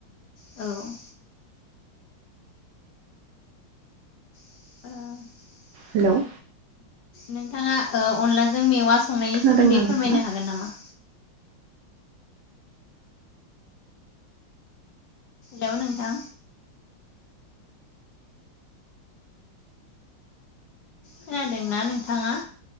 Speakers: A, on the left; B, on the right.
A: औ <inaudible>
B: हेल'
A: नोंथाङा अनलाजों मेवा संनायनि
B: खोनादोंना
A: सोमोन्दै
B: नोंथाङा?
A: फोरमायनो हागोन नामा? हेल' नोंथां खोनादोंना नोंथाङा